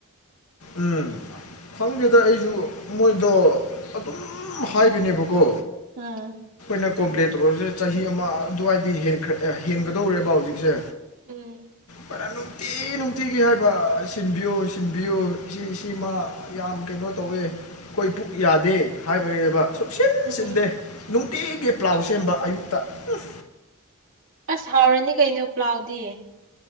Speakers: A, on the left; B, on the right.
A: ꯎꯝ ꯈꯪꯗꯦꯗ ꯑꯩꯁꯨ ꯃꯣꯏꯗꯣ ꯑꯗꯨꯝ ꯍꯥꯏꯕꯅꯦꯕꯀꯣ
B: ꯑꯥ
A: ꯑꯩꯅ ꯀꯣꯝꯄ꯭ꯂꯦꯟ ꯇꯧꯔꯁꯦ ꯆꯍꯤ ꯑꯃ ꯑꯗꯨꯋꯥꯏꯗ꯭ꯔ ꯍꯦꯟꯒꯗꯧꯔꯦꯕ ꯍꯧꯖꯤꯛꯁꯦ
B: ꯎꯝ
A: ꯐꯅ ꯅꯨꯡꯇꯤ ꯅꯨꯡꯇꯤꯒꯤ ꯍꯥꯏꯕ ꯁꯤꯟꯕꯤꯌꯣ ꯁꯤꯟꯕꯤꯌꯣ ꯁꯤ ꯁꯤꯃ ꯌꯥꯝ ꯀꯩꯅꯣ ꯇꯧꯋꯦ ꯑꯩꯈꯣꯏ ꯄꯨꯛ ꯌꯥꯗꯦ ꯍꯥꯏꯕꯅꯦꯕ ꯁꯨꯛꯁꯤꯟ
B: ꯎꯝ
A: ꯁꯤꯟꯗꯦ ꯅꯨꯡꯇꯤꯒꯤ ꯄ꯭ꯂꯥꯎ ꯁꯦꯝꯕ ꯑꯌꯨꯛꯇ ꯎꯞ
B: ꯑꯁ ꯍꯥꯎꯔꯅꯤ ꯀꯩꯅꯣ ꯄ꯭ꯂꯥꯎꯗꯤ